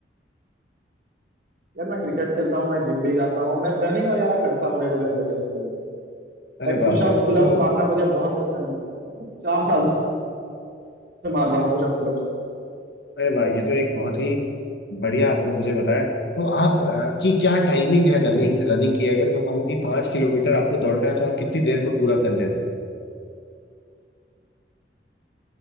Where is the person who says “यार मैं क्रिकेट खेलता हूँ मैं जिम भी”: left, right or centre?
Right